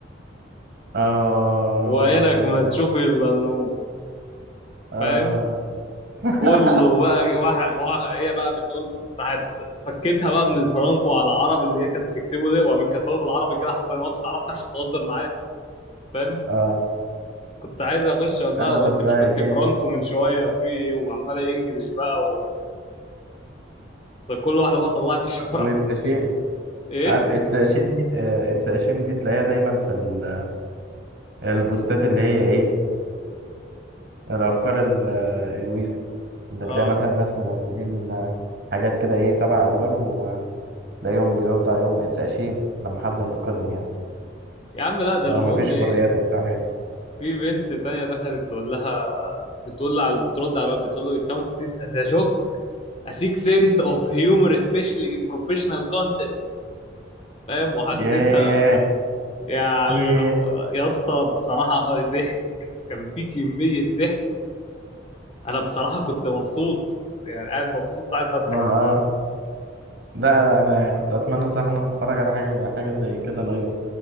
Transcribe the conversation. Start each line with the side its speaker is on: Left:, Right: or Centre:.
Right: آه
Left: وعينك ما تشوفي الا النور
Right: آه
Left: فاهم
Right: <laughs>
Left: كله بقى واحد, واحد هي بقى بتقول راحت فكيتها بقى من الفرانكو على العربي اللي هي كانت بتكتبه ده وقامت كاتبه له بالعربي كده حرفيا هو انت تعرفني عشان تهزر معايا فاهم
Right: آه
Left: كنت عايز اخش اقول لها
Right: أنا
Left: هو
Right: بتضايق
Left: انت مش كنت فرانكو من شويه في ايه وعماله انجلش بقى و... فكل واحده بقى طلعت <laughs> الشرعي
Right: والساشين
Left: ايه
Right: عارف الساشين دي آه، الساشين دي تلاقيها دايما في ال- البوستات اللي هي إيه الأفكار ال- الويرد اللي
Left: اه
Right: تلاقي مثلا ناس منزلين آه، حاجات كده إيه سبع ألوان وتلاقيهم بيرد عليهم اتساشين لما حد ينتقدهم يعني
Left: يا عم لا ده
Right: لو
Left: المهم
Right: مفيش
Left: ايه
Right: حريات بتاع حاجة
Left: في بنت تانية دخلت تقول لها بتقول لها على بترد على الواد بتقول له الكاونت ذيس از ا جوك اسيك سنس اوف هيومر سبيشالي ان بروفيشنال كونتست فاهم وحسيتها
Right: ياه
Left: يعني
Right: ياه
Left: اللي هو- يا اسطى بصراحه آه، ضحك كان في كميه ضحك انا بصراحه كنت مبسوط يعني قاعد مبسوط قاعد بضحك
Right: ما آه لا أنا كنت أتمنى صح إن أنا أتفرج على حاجة حاجة زي كده لايف